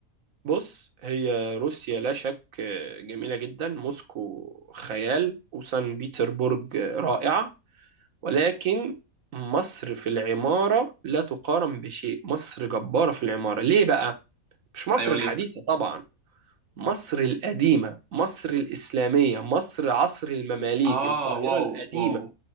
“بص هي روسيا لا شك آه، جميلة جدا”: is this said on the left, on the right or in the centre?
Right